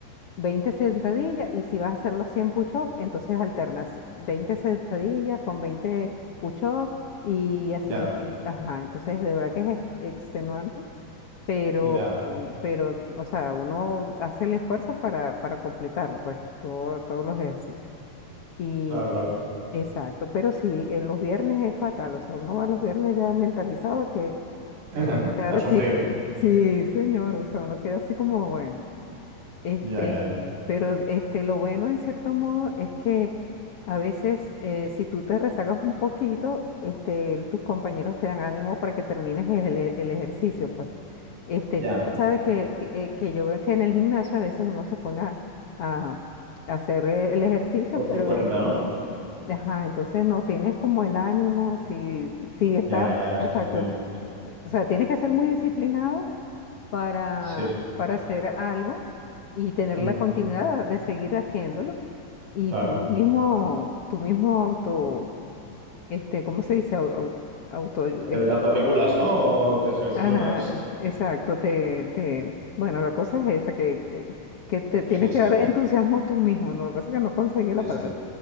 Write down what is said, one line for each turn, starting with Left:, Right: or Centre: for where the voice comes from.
Left: 20 sentadillas y si vas a hacer los 100 push-ups, entonces alternas 20 sentadillas con veinte push-ups y así
Right: ya,
Left: va. eh, Ajá, entonces de verdad que es ex- extenuante pero,
Right: ya,
Left: pero, o sea, uno hace el esfuerzo para, para completar, pues, todo- todos los ejercicios. Y,
Right: claro, claro.
Left: exacto, pero sí, en los viernes es fatal, o sea, uno va los viernes ya mentalizado a que,
Right: <laughs>
Left: ahora
Right: A sufrir.
Left: sí sí, señor, o sea, uno queda así como, bueno. Este,
Right: Ya, ya, ya.
Left: pero este, lo bueno en cierto modo es que a veces eh, si tú te rezagas un poquito, este, el- tus compañeros te dan ánimo para que termines el, e- el ejercicio, pues. Este,
Right: Ya,
Left: cosa de que, que, eh, que yo veo que en el gimnasio a veces uno se pone a, a hacer el ejercicio,
Right: por
Left: pero
Right: su cuenta, ¿no?
Left: ajá, entonces no tienes como el ánimo, si, si estás,
Right: Ya, ya, esto
Left: exacto.
Right: también es diferente.
Left: O sea, tienes que ser muy disciplinado para,
Right: Sí,
Left: para hacer algo y tener
Right: ujú,
Left: la continuidad de seguir haciéndolo. Y
Right: claro.
Left: tú mismo, tú mismo auto, este, ¿cómo se dice? Au- au- Auto, eh,
Right: Eh, Te autorregulas, ¿no? O te gestionas.
Left: ajá, exacto, te, te, bueno, la cosa es esa, que, eh, que te tienes
Right: Sí, sí,
Left: que dar entusiasmo tú mismo, ¿no? Lo que pasa es que no conseguí
Right: sí,
Left: la palabra.
Right: sí.